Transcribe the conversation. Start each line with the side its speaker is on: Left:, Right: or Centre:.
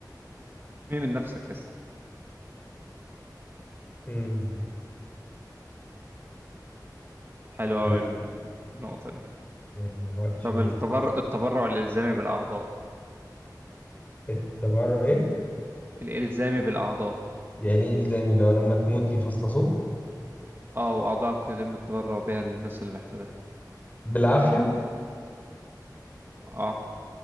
Right: احمي من نفسك يا اسطى
Left: مم.
Right: حلوه
Left: لا
Right: قوي النقطه دي
Left: يعني وحشه
Right: طب
Left: جدا
Right: التبر... التبرع الالزامي بالاعضاء
Left: التبرع ايه
Right: الالزامي بالاعضاء
Left: يعني ايه الزامي لو لما تموت يفصصوك
Right: اه واعضائك يتم التبرع بها للناس اللي محتاجها
Left: بالعافيه
Right: اه